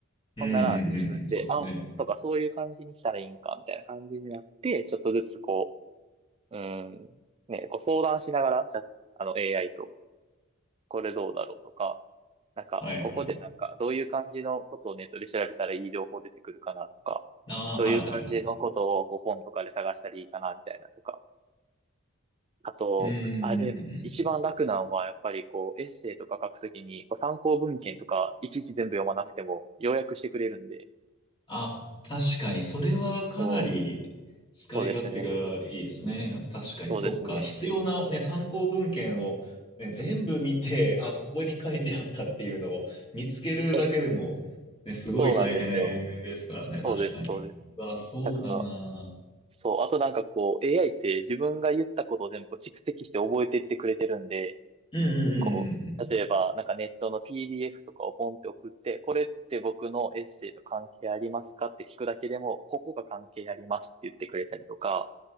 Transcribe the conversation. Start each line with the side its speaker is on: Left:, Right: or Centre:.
Left: うんうんうんうん。
Right: ほんなら、そう自分で、
Left: そうですね。
Right: あ、そうか、そういう感じにしたらいいんか、みたいな感じになって、ちょっとずつこう、うーん、ね、こう相談しながら、じゃあの AI と、これどうだろうとか、なんか、
Left: はいはい
Right: ここでなんか、どういう感じのことをネットで調べたらいい情報出てくるかなとか、
Left: ああ、
Right: どういう感じのことをこう本とかで探したらいいかなみたいなとか。
Left: はいはいはい。
Right: あと、
Left: うーん。
Right: あれ、一番楽なんはやっぱりこう、エッセイとか書くときに、こう参考文献とか、いちいち全部読まなくても、要約してくれるんで、
Left: あ、確かに、それはかなり
Right: そう、
Left: 使い勝手がいいですね。
Right: そうですね。
Left: 確かに、
Right: そうですね。
Left: そっか。必要な、ね、参考文献を、ね、全部見て、あ、ここに書いてあったっていうのを見つけるだけでも、
Right: え、
Left: ね、すごい大変
Right: そうなんですよ。
Left: ですからね、
Right: そうです、
Left: 確かに。
Right: そうです。
Left: うわ、そうだな。
Right: だから、そう、あとなんかこう、AI って自分が言ったことを全部蓄積して覚えていってくれてるんで、
Left: うんうんうんうんうん。
Right: こう、例えば、なんかネットの PDF とかをポンって送って、これって僕のエッセイと関係ありますかって聞くだけでも、ここが関係ありますって言ってくれたりとか、